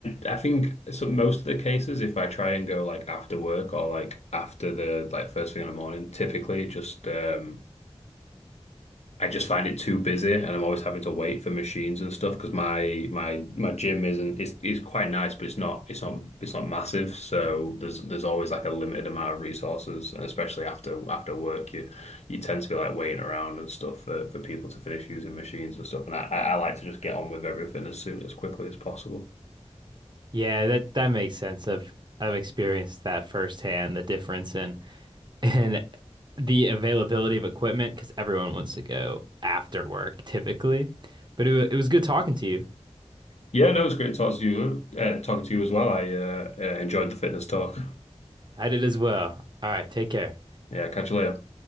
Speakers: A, on the left (about 70°); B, on the right (about 40°).
A: I I think so most of the cases, if I try and go like after work or like after the like first thing in the morning, typically it just um. I just find it too busy, and I'm always having to wait for machines and stuff because my my my gym isn't it's it's quite nice, but it's not it's not it's not massive. So there's there's always like a limited amount of resources, and especially after after work, you you tend to be like waiting around and stuff for for people to finish using machines and stuff. And I I I like to just get on with everything as soon as quickly as possible.
B: Yeah, that that makes sense. I've I've experienced that firsthand, the difference in and the availability of equipment because everyone wants to go after work typically. But it, it was good talking to you.
A: Yeah, no, it was great talking to you, uh, talking to you as well. I uh, uh, enjoyed the fitness talk.
B: I did as well. All right, take care.
A: Yeah, catch you later.